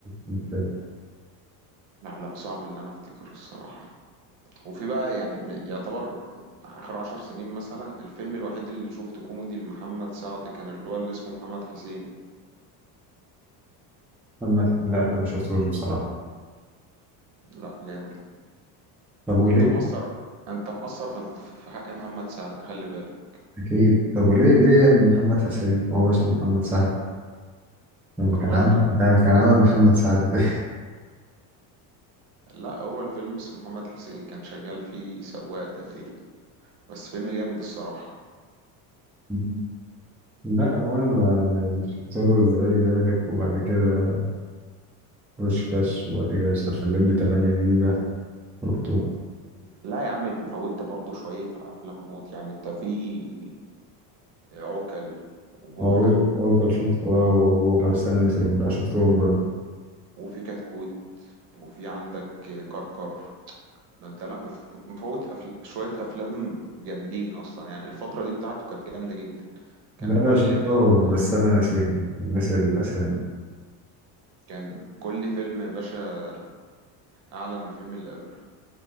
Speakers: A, in the centre; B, on the right (about 60°).
A: مش فاكر
B: <laughs> لا لا صعب اللي انا افتكره الصراحة وفي بقى يعني م- يعتبر اخر عشر سنين مثلا الفيلم الوحيد اللي شفته كوميدي لمحمد سعد كان اللي هو اللي اسمه محمد حسين
A: محمد لا ده ما شفتهوش بصراحة
B: لا جامد
A: طب وليه
B: انت مقصر انت مقصر في في حق محمد سعد خلي بالك
A: أكيد طب وليه ليه يا ابن محمد حسين هو اسمه محمد سعد لما كان
B: هو
A: عامل
B: الفيلم
A: ما كان كان عامل محمد سعد ده
B: لا هو الفيلم اسمه محمد حسين كان شغال فيه سواق تقريبا بس فيلم جامد الصراحة
A: <laughs> لا هو اللي شفت له اللي بالي بالك وبعد كده بوشكاش وبعد كده شاف اللمبي 8 جيجا شفته
B: لا يا عم انت فوتت برضو شوية افلام موت يعني انت في عوكل وبوحة
A: أو أول شفته أه
B: و...
A: وأبوها بس أنا ناسيهم
B: و-
A: لا شفتهم برضه
B: وفي كتكوت وفي عندك كركر ده انت لا مف... مفوت أفل... شوية افلام جامدين اصلا يعني الفترة دي بتاعته كانت جامدة جدا كان
A: لا
B: كل
A: لا شفتهم
B: فيلم
A: بس أنا ناسيهم ناسي الأسامي
B: كان كل فيلم يا باشا اعلى من الفيلم اللي قبله